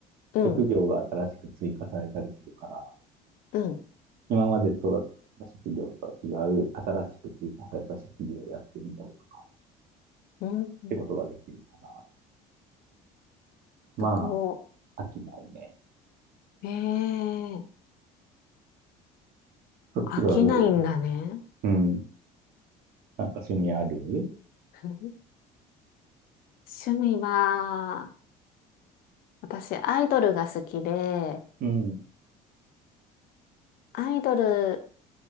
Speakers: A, on the left (about 60°); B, on the right (about 60°).
A: うん、
B: 職業が新しく追加されたりするから、
A: うん、
B: 今まで育った職業とは違う、新しく追加された職業をやってみようとか
A: うん。うん
B: ってことができるから、ま
A: そこ、
B: あ、飽きないね。
A: ええ
B: そっちはどう
A: 飽きないんだね。
B: うん。なんか趣味ある
A: <laughs> 趣味は、私、アイドルが好きで、
B: うん、
A: アイドル